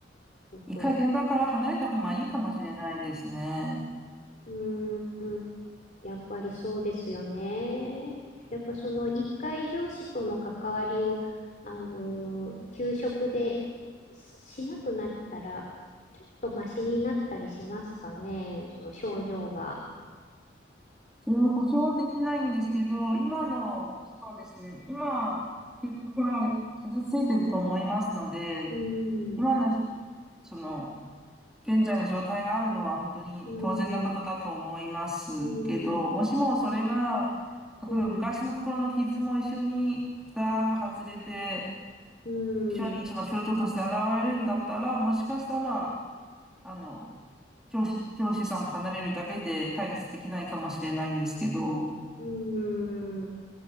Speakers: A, on the left (about 45°); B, in the centre.
A: ちょっと、
B: 一回現場から離れた方がいいかもしれないですね。
A: うーん。やっぱりそうですよね。やっぱその一回上司との関わりを、あのー給食でししなくなったら、ちょっとマシになったりしますかね、その症状が。
B: それは保証はできないんですけど、今の、そうですね。今、き心が傷ついてると思いますので、
A: うん、うん、
B: 今の、その、現在の状態があるのは本当に当然なことだと思いますけど、
A: うん、うん、
B: もしもそれが、
A: うん、
B: 例えば昔の心の傷も一緒に蓋が外れて、
A: うん、
B: 一緒にその象徴として現れるんだったら、もしかしたら、あの、上司、上司さんと離れるだけで解決できないかもしれないんですけど、
A: うん